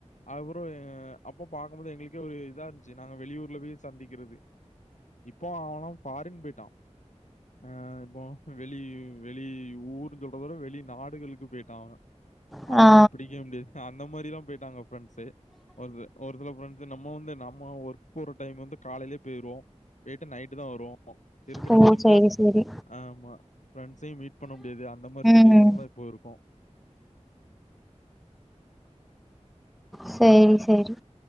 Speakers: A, on the left; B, in the centre.
A: அப்றோ ஆ அப்போ பாக்கும்போது எங்களுக்கே ஒரு இதா இருந்துச்சு நாங்க வெளியூர்ல போய் சந்திக்கிறது இப்போ அவனூ ஃபாரின் போயிட்டா ஆ போ வெளி வெளி ஊருன் சொல்றதோட வெளி நாடுகளுக்கு போயிட்டா அவ
B: ஆ.
A: அவ
B: ஆ.
A: நம்ம பிடிக்கே முடியாது அந்த மாரிலா போயிட்டாங்க ஃப்ரெண்ட்ஸு ஒருச ஒரு சில ஃப்ரெண்ட் இது நம்ம வந்து நம்ம ஒர்க் போற டைம் வந்து காலையிலே போயிரோ போய்ட்டு நைட்டு தா வருவோ ஒ இருக்கற
B: ஓ!
A: டைம்ல
B: சரி, சரி.
A: ஆமா ஃப்ரெண்ட்ஸையூ மீட் பண்ண முடியாது அந்த மாரி
B: ம்.
A: சிடுவேஷன்லா இப்ப இருக்கோ
B: சேரி செரி